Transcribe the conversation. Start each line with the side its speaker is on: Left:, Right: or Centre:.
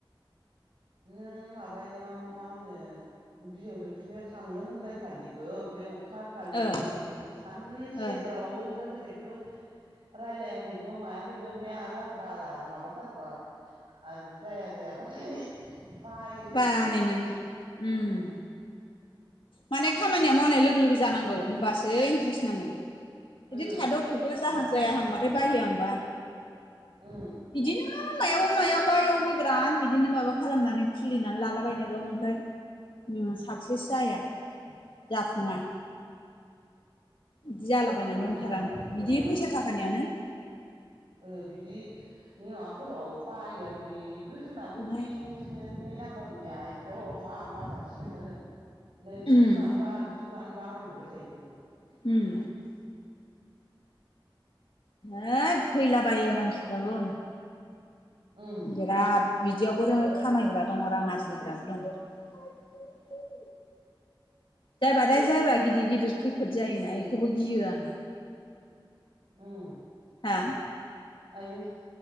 Right: नों माबायाव मा होनो बिजै जथुमायाव थांनो होनलाय खालि औ बे अखा खालिबो
Left: ओ
Right: हैदिखालिबो सानसे
Left: ओ
Right: जाव'जोंबो जेबो रायलायाखैबो मायाखैबो फै आरो आं बारा माबाथारोबा आरो जाया जायाबाथाय बायोसो
Left: बानाय
Right: दे
Left: मानो ओम। माने खामानिया मावनाय लोगो लोगो जानांगौ होमबासो इन्ट्रेस्ट नाङो। बिदि
Right: ओ
Left: थाद'
Right: एसे
Left: थुद'
Right: इन्टारेस्ट
Left: जाहां
Right: नाङो
Left: जायााहांबाथाय बाहयो आंबा।
Right: उम
Left: बिदिनो मायाबा मायावाबाबो बेराद बिदिनो माबा खालामनानै खुलिनानै लालाबायनाय दं ओमफ्राय ओम साक्सेस जाया। जाफुङा। बिदि जालाबायनानै
Right: आं
Left: दंथारो
Right: बानायदिया
Left: आंनाबो बिदि फैसा थाखानियानो।
Right: ओ बिदि नि माबाफोराव बायो आं बे जोंनाबो
Left: ओमफ्राय
Right: बे नो नै नाम्बारनिया एकदम मा मा जासििबाय थागोन नै बिदिखौ
Left: उम
Right: लानोबा बिदिखौ लानोबा होनहरबाय थायो बेबो।
Left: उम होद फैलाबायो मानसिफ्राबो
Right: उम
Left: बिराद बिदियावबोरो खामायग्रा दं रां आरजिग्राबो दं। जायबादाया जायबा गिदिर गिदिर खैफोद जायोना
Right: जोंनि
Left: ऐखौबो गियो आंहा।
Right: उम
Left: हा?
Right: आयौ